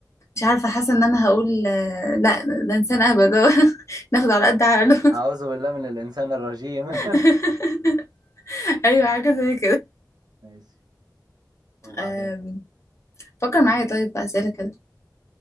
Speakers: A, on the left; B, on the right.
A: مش عارفة حاسة ان انا هقول آه، لا ده انسان اهبل <laughs> ناخد على قد عقله
B: اعوذ بالله من الانسان الرجيم
A: <laughs> ايوه حاجة زي
B: <laughs> ماشي وبعدين
A: كده فكر معايا طيب في أسئلة كده